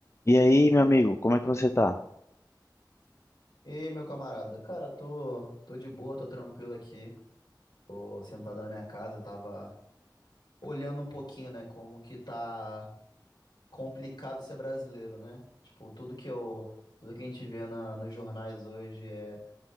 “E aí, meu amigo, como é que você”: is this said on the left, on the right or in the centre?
Left